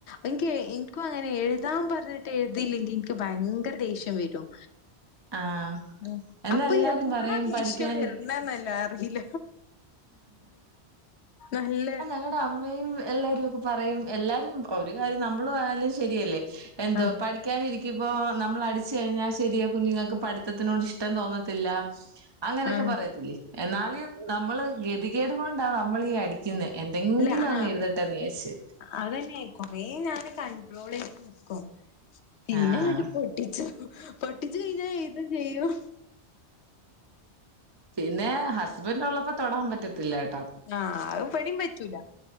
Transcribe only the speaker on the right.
ആ
എന്നാ
എല്ലാരും
പറയും
പഠിക്കാനി
ങ്ങളടെ അമ്മയും എല്ലാരും ഒക്കെ പറയും എല്ലാരും ഒരു കാര്യം നമ്മൾ ആയാലും ശരിയല്ലേ എന്തോ
പഠ പിക്കാനിരിക്കും ബോ നമ്മൾ അടിച്ച് കഴിഞ്ഞാ ശെരിയാ കുഞ്ഞുങ്ങൾക്ക് പഠിത്തത്തിനോട് ഇഷ്ടം തോന്നത്തില്ല അങ്ങനെയൊക്കെ
പറയത്തില്ലേ എന്നാല് നമ്മള് ഗതികേടു കൊണ്ടാ നമ്മൾ അടി എന്തെങ്കിലും
അങ്
എഴുതട്ടെന്ന് വിചാരിച്ച്
ആഹ്
പിന്നെ ഹസ്ബൻഡ ഉള്ളപ്പോ തൊടാൻ പറ്റത്തില്ലട്ടോ